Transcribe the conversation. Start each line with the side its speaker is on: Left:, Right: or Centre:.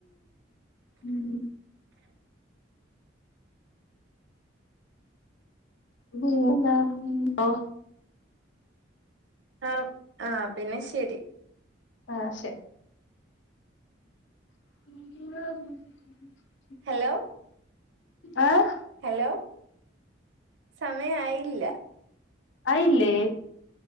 Left: ഉം പിന്നെന്താ ഉം ഓ
Right: ആ ആഹ് പിന്നെ ശരി
Left: ആഹ് ശരി <unintelligible>
Right: ഹലോ
Left: ആഹ്
Right: ഹലോ, സമയായില്ല.
Left: ആയില്ലേ?